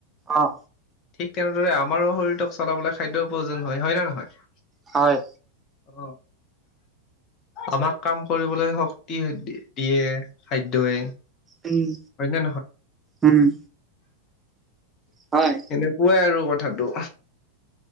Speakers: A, on the right; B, on the left.
A: অঁ
B: ঠিক তেনেদৰে আমাৰো শৰীৰক চলাবলৈ খাদ্যৰ প্ৰয়োজন হয়। হয় নে নহয়?
A: হয়।
B: অ, আমাক কাম কৰিবলৈ শক্তি দিয়ে। খাদ্যই
A: উম,
B: হয় নে
A: উম। হয়
B: সেনেকুৱাই আৰু কথাটো